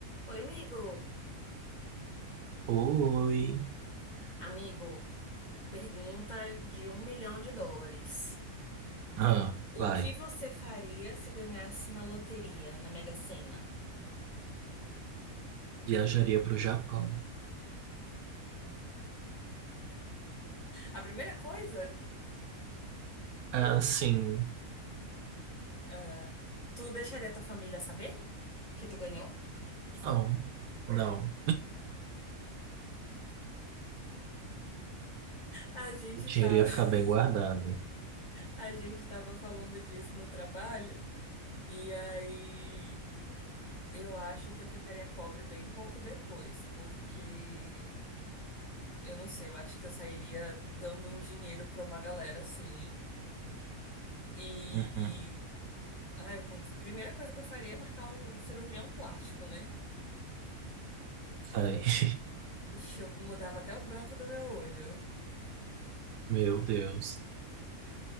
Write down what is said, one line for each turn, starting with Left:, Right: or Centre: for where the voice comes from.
Left: Oi, amigo.
Right: Oi.
Left: Amigo, pergunta de um milhão de dólares.
Right: Ah,
Left: O
Right: vai.
Left: que você faria se ganhasse na loteria, na Mega Sena?
Right: Viajaria para o Japão.
Left: A primeira coisa,
Right: Ah, sim.
Left: ah, tu deixaria tua família saber que tu ganhou?
Right: Não. Não.
Left: A gente
Right: O dinheiro
Left: tá,
Right: ia
Left: <laughs>
Right: ficar bem guardado.
Left: a gente tava falando disso no trabalho, e aí eu acho que eu ficaria pobre bem pouco depois, porque eu não sei, eu acho que eu sairia dando um dinheiro pra uma galera assim. E,
Right: Uhum.
Left: Ah, eu com- primeira coisa que eu faria é marcar um cirurgião plástico, né?
Right: Ai, <laughs>
Left: Ixi, eu mudava até o branco do meu olho.
Right: meu Deus.